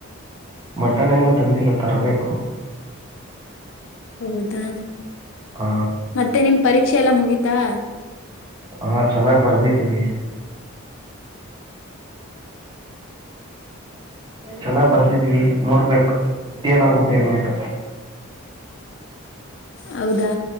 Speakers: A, on the right (about 20°); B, on the left (about 60°).
A: ಮಟನ್ ಏನು ತಂದಿಲ್ಲ ತರಬೇಕು
B: ಹೌದಾ
A: ಹ
B: ಮತ್ತೆ ನಿಮ್ ಪರೀಕ್ಷೆ ಎಲ್ಲ ಮುಗೀತಾ
A: ಹಾ ಚೆನ್ನಾಗ್ ಬರ್ದಿದ್ದೀವಿ ಚನ್ನ ಬರ್ದಿದೀವಿ ನೋಡ್ಬೇಕು ಏನಾಗುತ್ತೆ ಏನಂತ
B: ಹೌದಾ